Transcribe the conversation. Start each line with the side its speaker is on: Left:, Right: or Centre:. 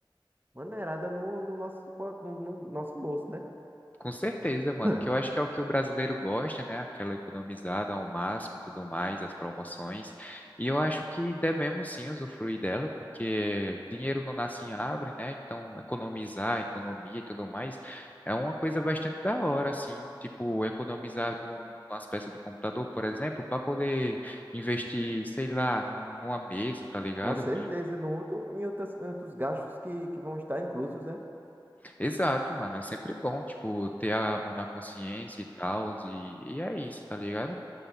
Right: maneirada no, no nosso, bo- no, no nosso bolso, né? <laughs>
Left: Com certeza, mano,
Right: Hum.
Left: que eu acho que é o que o brasileiro gosta, né? Aquela economizada ao máximo e tudo mais, as promoções. E eu acho que devemos sim usufruir dela, porque dinheiro não nasce em árvore, né? Então, economizar, economia e tudo mais é uma coisa bastante da hora, assim. Tipo, economizar num- numas peças de computador, por exemplo, para poder investir, sei lá, num- numa mesa, tá ligado?
Right: Com certeza, no outro, em outras, em outros gastos que, que vão estar inclusos, né?
Left: Exato, mano, é sempre bom, tipo, ter a mão na consciência e tal, e, e é isso, tá ligado?